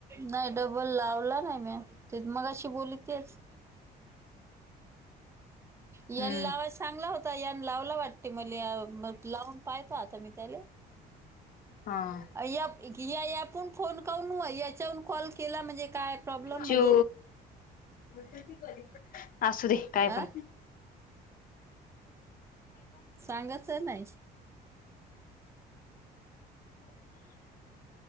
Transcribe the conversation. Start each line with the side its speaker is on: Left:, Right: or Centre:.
Right: नाही डबल लावला नाही म्या ते मगाशी बोलली तेच. यल
Left: हम्म
Right: लावा चांगला होता यान लावला वाटते मल्या मग लावून पाहयतो मी आता त्याले.
Left: हा
Right: या या यापून फोन काऊन याच्या ऊन कॉल केला म्हणजे काय प्रॉब्लेम
Left: चिव
Right: म्हणजे?
Left: <unintelligible> असू दे काय
Right: हा
Left: पण?
Right: सांगत नाय.
Left: <inaudible>